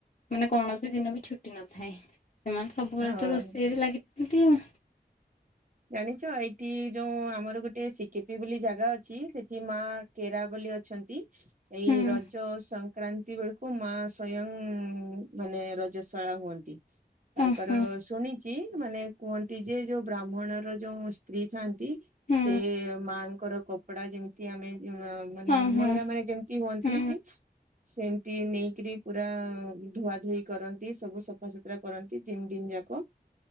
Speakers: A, on the left; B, on the right.
A: ମାନେ କୌଣସି ଦିନ ବି ଛୁଟି ନଥାଏ। ସେମାନେ ସବୁବେଳେ
B: ହଁ।
A: ତ ରୋଷେଇରେ ଲାଗିଥାନ୍ତି ଆଉ।
B: ଜାଣିଛ ଏଇଠି ଯୋଉ ଆମର ଗୋଟେ ସିକିପି ବୋଲି ଜାଗା ଅଛି। ସେଠି କି ମା କେରାବଲି ଅଛନ୍ତି। ଏଇ
A: ହୁଁ
B: ରଜ ସଂକ୍ କ୍ରାନ୍ତି ବେଳକୁ ମା ସ୍ଵୟଂ ମାନେ ରଜସ୍ବଳା ହୁଅନ୍ତି। ତାଙ୍କର
A: ଅ ହଁ
B: ଶୁଣିଚି ମାନେ କୁହନ୍ତି ଯେ ଯୋଉ ବ୍ରାହ୍ମଣର ଯୋଉ ସ୍ତ୍ରୀ ଥାଆନ୍ତି
A: ହୁଁ
B: ସେ ମାଙ୍କର କପଡା ଯେମିତି ଆମେ ମାନେ
A: ହଁ ହଁ
B: ମହିଳାମାନେ ଯେମିତି ହୁଅନ୍ତି
A: ହୁଁ
B: କି ସେମତି ନେଇକିରି ପୁରା ଧୁଆଧୁଇ କରନ୍ତି। ସବୁ ସଫାସଫି ଯାତ୍ରା କରନ୍ତି ତିନି ଦିନି ଯାକ